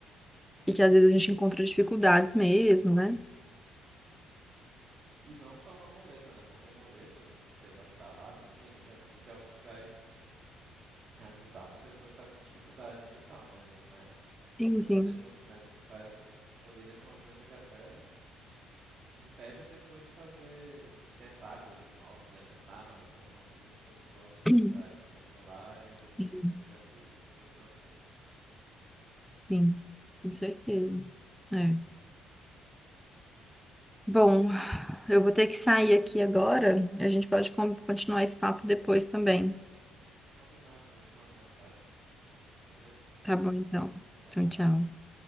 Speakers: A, on the right; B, in the centre.
A: Uhum.
B: e que às vezes a gente encontra dificuldades mesmo, né?
A: E não só uma muleta, né? Porque muleta, pela palavra, assim, a gente assume que é algo que vai ajudar uma pessoa que está com dificuldade ali e tal, né? Mas,
B: Sim,
A: mesmo
B: sim.
A: que seja uma desculpa, mas parece que poderia ser uma coisa que até impede a pessoa de fazer, de tentar coisas novas, né? De pensar, ah, não, isso eu não consigo porque eu sou autista.
B: <clears throat>
A: Ah, e se eu for lá, eu vou ter
B: Sim,
A: isso, isso e aquilo porque eu sou assim.
B: sim,
A: E...
B: com certeza. É. Bom, eu vou ter que sair aqui agora. A gente pode con- continuar esse papo depois também.
A: Uhum, combinado. Eu te mando mensagem, beleza?
B: Tá bom, então.
A: Tchau,
B: Então,
A: tchau.
B: tchau.